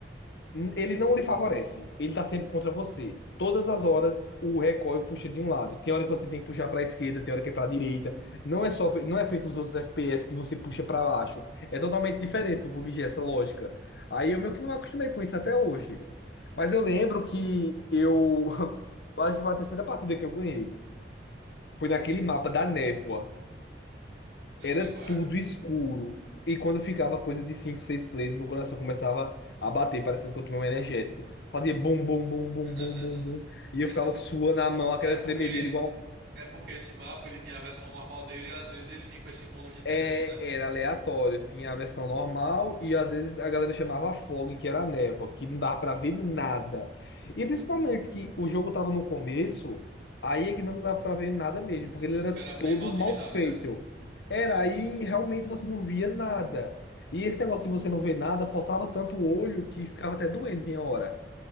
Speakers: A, on the left; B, on the right.
A: N- Ele não lhe favorece. Ele tá sempre contra você. Todas as horas o recoil puxa de um lado. Tem hora que você tem que puxar para a esquerda, tem hora que é para a direita. Não é só, não é feito os outros FPS que você puxa para baixo. É totalmente diferente do PUBG essa lógica. Aí eu meio que não me acostumei com isso até hoje. Mas eu lembro que eu <laughs> acho que foi a terceira partida que eu ganhei. Foi naquele mapa da névoa
B: Eu
A: era
B: sei qual é.
A: tudo escuro. E quando ficava coisa de 5 6 players, meu coração começava a bater, parecendo que eu tomei um energético. Fazia bum, bum, bum, bum,
B: <laughs>
A: bum, bum, bum. E
B: Esse,
A: eu ficava suando a mão, aquela
B: é porque
A: tremedeira, igual
B: é porque esse mapa ele tinha a versão normal dele e às vezes ele vinha com esse bônus de ter
A: É,
B: névoa, né?
A: era aleatório, tinha a versão normal e às vezes a galera chamava fog, que era a névoa, que não dava pra ver nada. E principalmente que o jogo tava no começo, aí é que não dava pra ver nada mesmo, porque ele era
B: Porque era bem
A: todo
B: mal otimizado,
A: mal feito.
B: né?
A: Era, aí realmente você não via nada. E esse negócio de você não ver nada forçava tanto o olho que ficava até doendo em hora.